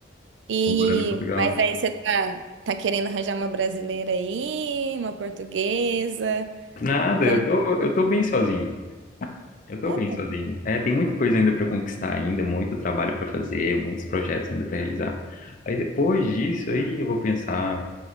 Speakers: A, on the right; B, on the left.
A: E.
B: tô morando em Portugal.
A: Mas aí você tá, tá querendo arranjar uma brasileira aí, uma portuguesa.
B: Nada,
A: Como.
B: eu tô, eu tô bem sozinho. Eu tô
A: é?
B: bem sozinho. É, tem muita coisa ainda para conquistar ainda, muito trabalho para fazer, muitos projetos ainda para realizar. Aí depois disso aí eu vou pensar